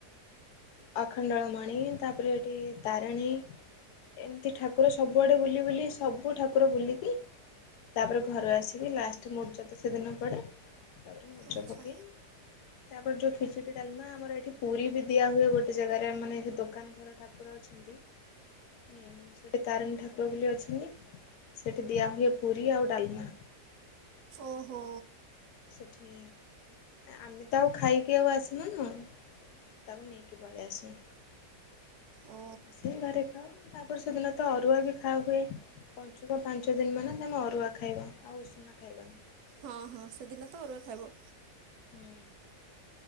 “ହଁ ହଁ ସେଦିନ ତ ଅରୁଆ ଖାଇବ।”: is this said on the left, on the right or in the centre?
Right